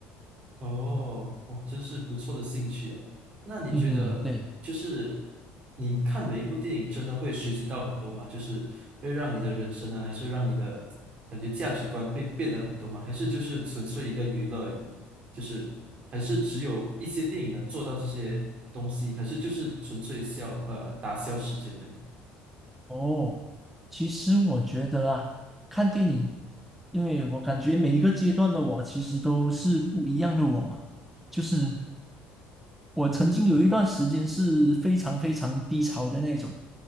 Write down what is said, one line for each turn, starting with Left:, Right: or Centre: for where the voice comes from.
Right: 哦，哇，真是不错的兴趣啊！那你觉得，
Centre: 嗯哼，对。
Right: 就是你看每一部电影，真的会学习到很多吗？就是会让你的人生呢，还是让你的感觉价值观会变得很多吗？还是就是纯粹一个娱乐而已？就是还是只有一些电影能做到这些东西，还是就是纯粹消呃打消时间而已？
Centre: 哦，其实我觉得啊，看电影，因为我感觉每一个阶段的我其实都是不一样的我嘛。就是我曾经有一段时间是非常非常低潮的那种，